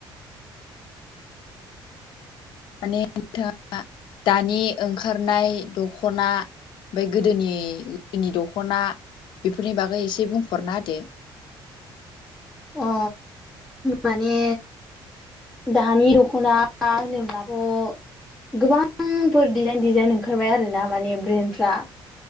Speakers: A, on the left (about 60°); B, in the centre.
A: माने नोंथाङा दानि ओंखारनाय दख'ना ओमफफ्राय गोदोनि गोदोनि दख'ना बेफोरनि बागै एसे बुंफरना होदो
B: अ माने दानि दख'ना होनोब्लाथ' गोबां गोबांफोर दिडिजाइन डिजाइन ओंखारबाय आर ना माने ब्रेन्डफ्रा